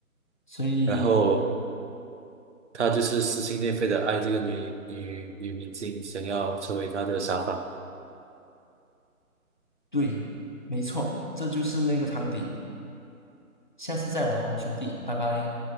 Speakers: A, on the left (about 35°); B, on the right (about 50°).
A: 所以
B: 然后他就是撕心裂肺的爱这个女女女明星，想要成为她的沙发。
A: 对，没错，这就是那个汤底。下次再玩哦，兄弟，拜拜。